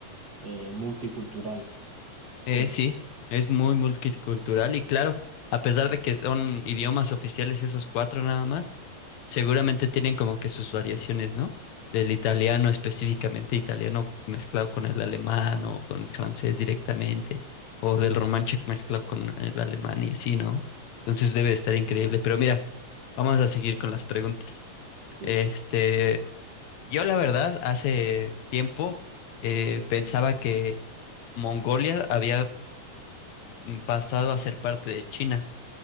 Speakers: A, on the right; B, on the left.
A: eh, multicultural,
B: Eh,
A: ¿cierto?
B: sí, es muy multicultural y claro, a pesar de que son idiomas oficiales esos cuatro nada más, seguramente tienen como que sus variaciones, ¿no? Del italiano específicamente, italiano mezclado con el alemán o con el francés directamente, o del romanche mezclado con el alemán y así, ¿no? Entonces debe de estar increíble. Pero mira, vamos a seguir con las preguntas.
A: Listo.
B: Este, yo la verdad, hace tiempo eh, pensaba que Mongolia había mm, pasado a ser parte de China,